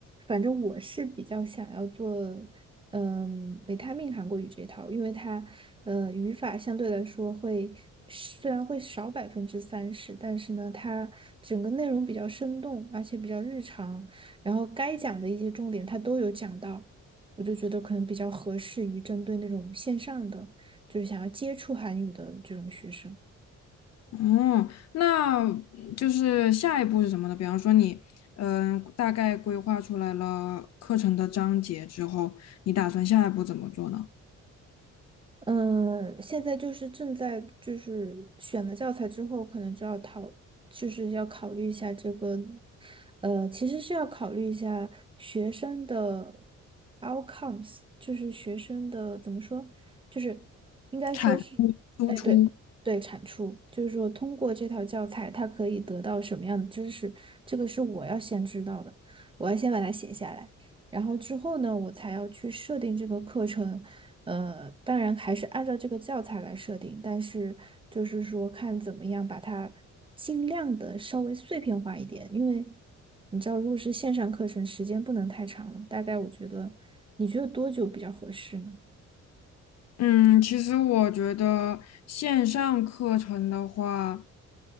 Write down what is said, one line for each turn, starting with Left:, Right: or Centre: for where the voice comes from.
Right: 反正我是比较想要做嗯维他命韩国语这一套，因为它呃语法相对来说会虽然会少百分之三十，但是呢，它整个内容比较生动，而且比较日常，然后该讲的一些重点它都有讲到，我就觉得可能比较合适于针对那种线上的，就是想要接触韩语的这种学生。
Left: 嗯，那就是下一步是什么呢？比方说你，嗯，大概规划出来了课程的章节之后，你打算下一步怎么做呢？
Right: 嗯，现在就是正在就是选了教材之后，可能就要讨，就是要考虑一下这个，呃，其实是要考虑一下学生的 outcomes，就是学生的怎么说，就是应该说是，
Left: 产输出。
Right: 哎，对对，产出，就是说通过这套教材，他可以得到什么样的知识，这个是我要先知道的，我要先把它写下来。然后之后呢，我才要去设定这个课程。呃，当然还是按照这个教材来设定，但是就是说看怎么样把它尽量的稍微碎片化一点，因为你知道，如果是线上课程，时间不能太长了。大概我觉得，你觉得多久比较合适呢？
Left: 嗯，其实我觉得线上课程的话，